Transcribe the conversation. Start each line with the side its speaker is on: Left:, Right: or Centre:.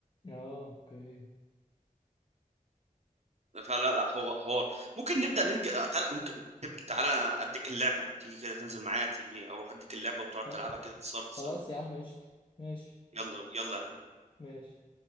Left: اه اوكي
Right: فلا لا هو حوار ممكن نبدا نج... تعال- ممكن تب- تعالى اديك اللعبه تيجي كده تنزل معايا تيجي اروح اديك اللعبه وتقعد
Left: آه.
Right: تلعبها كده تصارت سوا
Left: خلاص يا عم قشطة ماشي
Right: يلا يلا يا حبيبي
Left: ماشي